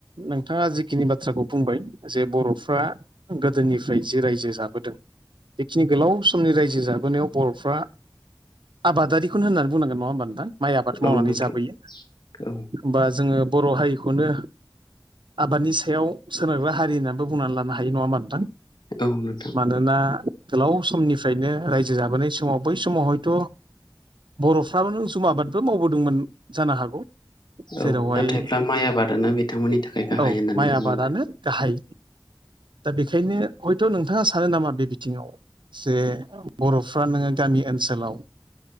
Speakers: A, on the right; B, on the left.
A: नोंथाङा जिखिनि बाथ्राखौ बुंबाय जे बरफ्रा गोदोनिफ्राय जि रायजो जाबोदों बेखिनि गोलाव समनि रायजो जाबो बोनायाव बरफ्रा आबादारिखौनो होननानै बुंनांगोन नङा होमबा नोंथां। माइ आबाद
B: औ
A: मावनानै
B: नोंथां
A: जाबोयो
B: औ
A: होमबा जोङो बर हारिखौनो आबादनि सायाव सोनारग्रा हारि होननानैबो बुंनानै लानो हायो नङा होमबा नोंथां।
B: औ नोंथां
A: मानोना गोलाव समनिफ्रायनो रायजो जाबोनाय समाव बै समाव हयथ बरफ्राबो नो जुम आबादबो मावबोदोंमोन जानो हागौ।
B: औ
A: जेरावहाय
B: नाथायब्ला माइ आबादानो बिथांमोननि थाखाय गाहाय
A: औ
B: होननानै
A: माइ
B: जों
A: आबादानो
B: बुंबाय
A: गाहाय। दा बेखायनो हयथ नोंथाङा सानो नामा बे बिथिङाव जे बरफ्रा नोङो गामि ओनसोलाव